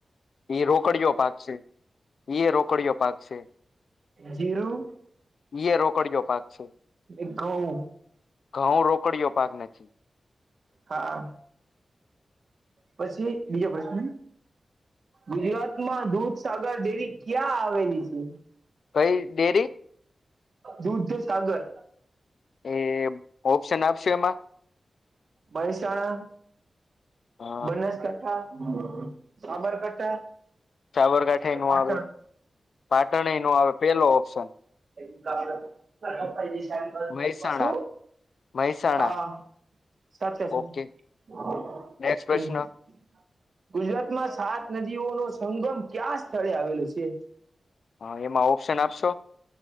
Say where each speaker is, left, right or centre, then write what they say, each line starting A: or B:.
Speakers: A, on the left; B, on the right.
A: એ રોકડીયો પાક છેઇયે રોકડીયો પાક છે.
B: જીરું
A: ઇયે રોકડીયો પાક છે.
B: ને ઘઉં
A: ઘઉં રોકડીયો પાક નથી.
B: હા પછી બીજો પ્રશ્ન. ગુજરાતમાં દૂધસાગર ડેરી ક્યાં આવેલી છે.
A: કઈ ડેરી?
B: દૂધ સાગર.
A: એ ઓપ્શન આપશો એમાં.
B: મહેસાણા
A: અ
B: બનાસકાંઠા સાબરકાંઠા
A: સાબરકાંઠાયે
B: કે
A: નો
B: પાટણ
A: આવે પાટણ એ નો આવે પેલો ઓપ્શન.
B: <unintelligible>
A: મહેસાણા
B: શુ
A: મહેસાણા
B: હા સાચા છુ.
A: ઓકે
B: હમ.
A: નેક્સ્ટ પ્રશ્ન
B: ગુજરાતમાં સાત નદીઓ નો સંગમ ક્યા સ્થળે આવેલો છે.
A: હા એમાં ઓપ્શન આપશો.